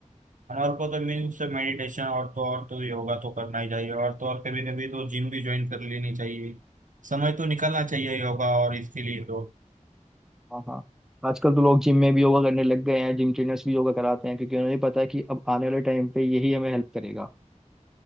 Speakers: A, on the right (about 80°); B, in the centre.
A: हमारे को तो मीन्स मेडिटेशन और तो और तो योगा तो करना ही चाहिए और तो और कभी कभी तो जिम भी ज्वाइन कर लेनी चाहिए समय तो निकालना चाहिए योगा और इसके लिए तो
B: हाँ हाँ आजकल तो लोग जिम में भी योगा करने लग गए हैं जिम ट्रेनर्स भी योगा कराते हैं क्योंकि उन्हें भी पता है कि अब आने वाले टाइम पे यही हमें हेल्प करेगा